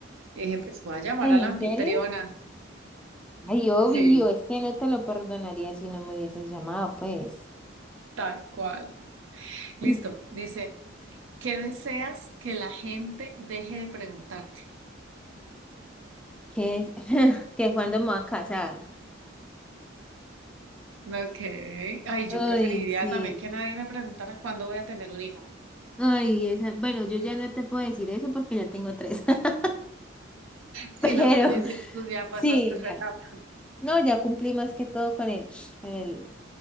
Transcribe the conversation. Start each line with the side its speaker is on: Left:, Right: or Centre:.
Right: Y dije, pues voy a llamar
Centre: Ay,
Right: a la
Centre: ¿en
Right: anfitriona.
Centre: serio? Ay, obvio,
Right: Sí,
Centre: es que no te lo perdonaría si no me hubieses llamado, pues.
Right: tal cual. Listo.
Centre: <clears throat>
Right: Dice, ¿qué deseas que la gente deje de preguntar?
Centre: ¿Qué es? <laughs> ¿Que cuándo me voy a casar?
Right: Ok. Ay, yo
Centre: Ay,
Right: preferiría
Centre: sí.
Right: también que nadie me preguntara cuándo voy a tener un hijo.
Centre: Ay, esa. Bueno, yo ya no te puedo decir eso porque ya tengo tres. <laughs>
Right: Si
Centre: Pero
Right: no, tú ya, sí- tú ya pasaste
Centre: sí,
Right: esa
Centre: ya.
Right: etapa.
Centre: No, ya cumplí más que todo con el, <sniffs> con el,